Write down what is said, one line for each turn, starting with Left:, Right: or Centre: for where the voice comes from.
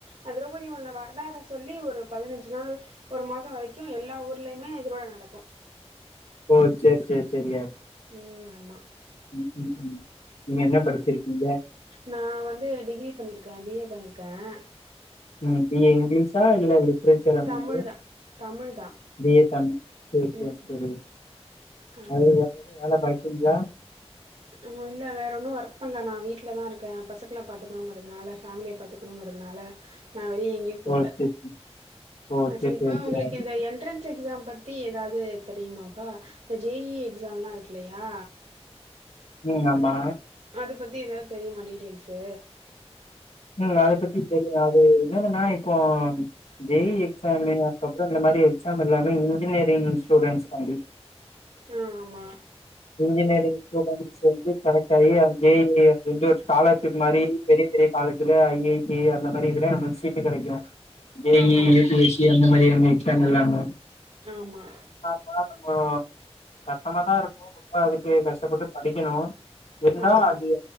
Right: அப்புறம் கொஞ்சம் இந்த வரலாற சொல்லி ஒரு பதினஞ்சு நாள் ஒரு மாசம் வரைக்கும் எல்லா ஊர்லயுமே திருவிழா நடக்கும்
Left: ஓ செரி செரி செரிய
Right: ம் ஆமா
Left: ம் ம் ம் நீங்க என்ன படிச்சிருக்கீங்க
Right: நான் வந்து டிகிரி பண்ணிருக்கேன் பி ஏ பண்ணிருக்கேன்
Left: ம் பி ஏ இங்கலீஷா இல்ல எப்டி லிட்ரேச்சர் அந்த
Right: தமிழ்
Left: மாறியா
Right: தா தமிழ் தா
Left: பி ஏ தமிழ் செரி செரி
Right: ம்
Left: செரி
Right: ஆ
Left: அது வேற ஏதும் வேல பாக்கிங்களா
Right: ஆ இல்ல வேற ஒன்னும் ஒர்க் பண்ணலா. நான் வீட்டுல தான் இருக்கன் பசங்கலாம் பாத்துக்கணுங்கறிறதுனால ஃபேமிலியை பாத்துக்க ங்கிறதுனால நான் வெளில எங்கேயும் போல
Left: ஓ சேரி சேரி. ஓ சேரி
Right: சரிப்பா
Left: சேரி
Right: உங்களுக்கு
Left: சேரி.
Right: இந்த என் என்ட்ரன்ஸ் எக்ஸாம் பற்றி ஏதாவது தெரியுமாப்பா இந்த ஜே இ எக்ஸாம்லாம் இருக்குல்லயா
Left: ம் ஆமா
Right: அது பத்தி ஏதாவது தெரியுமா டீட்டெயல்ஸு
Left: ம் அத பத்தி தெரியு அது இன்னாதுன்னா இப்போ ஜே இ எக்ஸால அதுக்கப்றோ இந்த மாறிஎக்ஸாம் எல்லாமே இன்ஜினியரிங் ஸ்டூடெண்ட்ஸுகாண்டி
Right: அ ஆமா
Left: இன்ஜினியரிங் ஸ்டூடெண்ட்ஸ் வந்து செலக்ட் ஆகி அ ஜெ இ அப்டின்ற ஸ்காலர்ஷிப் மாறி பெரிய பெரிய காலேஜ்ல ஐ ஐ டி அந்த மாறி இதுல நம்மளுக்கு சீட்டு கெடைக்கும் ஜெ
Right: ஆமா
Left: இ யூ பி எஸ் சி அந்த மாறி எக்ஸாம் எல்லாமு
Right: ஆமா
Left: ர நம்ம கஷ்டமாதா இருக்கு ரொம்ப அதுக்கு கஷ்டப்பட்டு படிக்கணு இருந்தா
Right: ஆமா
Left: அது